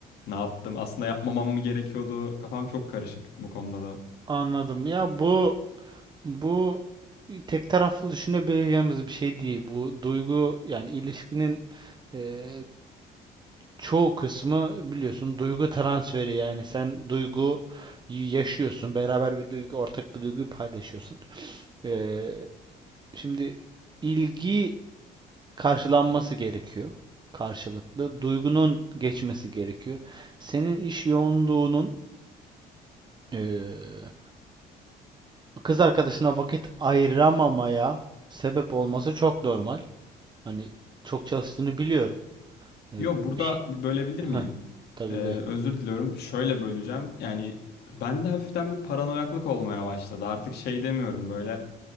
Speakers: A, on the left; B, on the right.
A: Ne yaptım? Aslında yapmamam mı gerekiyordu? Kafam çok karışık bu konuda da.
B: Anladım. Ya bu bu tek taraflı düşünebileceğimiz bir şey değil. Bu duygu yani ilişkinin e, çoğu kısmı biliyorsun duygu transferi yani sen duygu yaşıyorsun beraber bir duygu ortak bir duyguyu paylaşıyorsun. Eee, şimdi ilgi karşılanması gerekiyor karşılıklı. Duygunun geçmesi gerekiyor. Senin iş yoğunluğunun eee, kız arkadaşına vakit ayıramamaya sebep olması çok normal. Hani çok çalıştığını biliyorum. Ee,
A: Yo burada
B: bir
A: bir bölebilir miyim?
B: Heh, tabii
A: Ee,
B: buyur.
A: özür diliyorum. Şöyle böleceğim. Yani bende hafiften bir paranoyaklık olmaya başladı. Artık şey demiyorum böyle